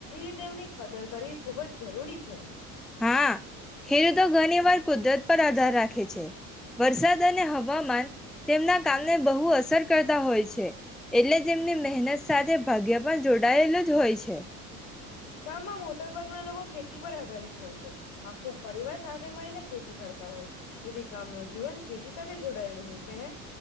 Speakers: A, on the left; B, in the centre.
A: એતે એમને કદર કરવી ખુબ જ જરૂરી છે
B: હા ખેડૂતો ઘણી વાર કુદરત પર આધાર રાખે છે વરસાદ અને હવામાન તેમના કામને બહુ અસર કરતા હોય છે એટલે જે એમને મહેનત સાથે ભાગ્ય પણ જોડાયેલ જ હોય છે
A: ગામમાં મોટા ભાગના લોકો ખેતી પર આધારિત હોય છે આા ખુબ પરિવાર સાથે રી ને ખેતી કરતા હોય તેથી ગામ ન જીવન ખેતી ત જોડાયેલું હોય છે ને